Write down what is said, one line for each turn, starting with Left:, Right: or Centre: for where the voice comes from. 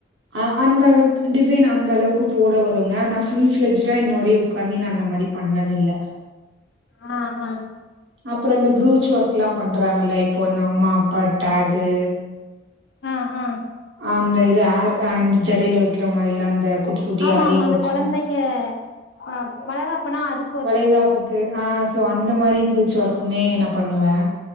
Right: அ அந்தளவுக் டிசைன் அந்தளவுக்கு போட வருங்க ஆனாலஃபுல் ஃப்ளெஜுடா இன்னு வரையு உக்காந்தி நா அந்த மாரி பண்ணதில்ல
Left: ஆ ஆ
Right: அப்புற இந்த ப்ரூச் ஒர்க்லா பண்றாங்கல்ல இப்போ அந்த அம்மா அப்பா டேகு
Left: ஆ ஆ
Right: ஆ அந்த இது ஆர் இந்த ஜடையில வெக்கிற மாரில்லா அந்த குட்டி குட்டி
Left: ஆமா
Right: ஆரி
Left: ஆமா
Right: ஒர்க்ஸ்
Left: இந்த கொழந்தைங்க
Right: மாரி
Left: ஆ வளகாப்புனா அதுக்
Right: வளைகாப்புக்கு ஆ சோ அந்த மாரி ப்ரூச் ஒர்க்குமே நா பண்ணுவ